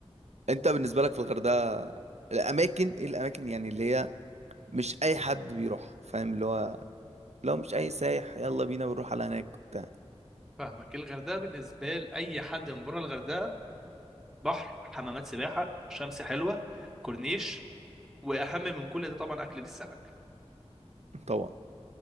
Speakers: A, on the right; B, in the centre.
A: انت بالنسبه لك في الغردقه الاماكن ايه الاماكن يعني اللي هي مش اي حد بيروح فاهم اللي هو لو مش اي سايح يلا بينا بنروح على هناك وبتاع
B: فاهمك الغردقه بالنسبه لاي حد من بره الغردقه بحر حمامات سباحه شمس حلوه كورنيش واهم من كل ده طبعا اكله السمك
A: طبعا